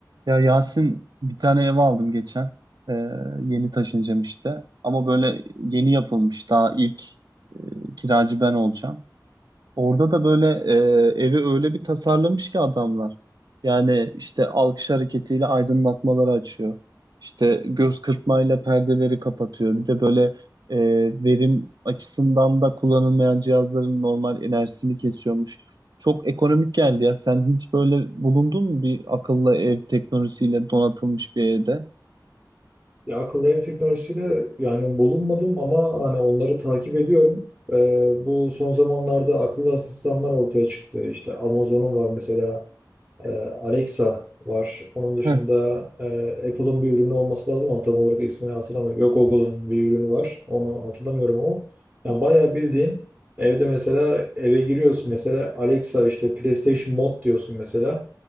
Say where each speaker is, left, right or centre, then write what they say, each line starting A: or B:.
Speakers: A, on the right (about 65°); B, on the right (about 25°).
A: Ya Yasin bir tane ev aldım geçen. Ee, yeni taşınacağım işte. Ama böyle yeni yapılmış. Daha ilk e, kiracı ben olacağım. Orada da böyle e, evi öyle bir tasarlamış ki adamlar. Yani işte alkış hareketiyle aydınlatmaları açıyor. İşte göz kırpmayla perdeleri kapatıyor. Bir de böyle e, verim açısından da kullanılmayan cihazların normal enerjisini kesiyormuş. Çok ekonomik geldi ya. Sen hiç böyle bulundun mu bir akıllı ev teknolojisiyle donatılmış bir evde?
B: Ya akıllı ev teknolojisiyle yani bulunmadım ama hani onları takip ediyorum. Ee, bu son zamanlarda akıllı asistanlar ortaya çıktı. İşte Amazon'un var mesela ee, Alexa var. Onun dışında
A: Heh.
B: e, Apple'ın bir ürünü olması lazım ama tam olarak ismini hatırlamıyorum. Yok Google'ın bir ürünü var. Onu hatırlamıyorum ama. Yani bayağı bildiğin evde mesela eve giriyorsun mesela Alexa işte PlayStation Mod diyorsun mesela.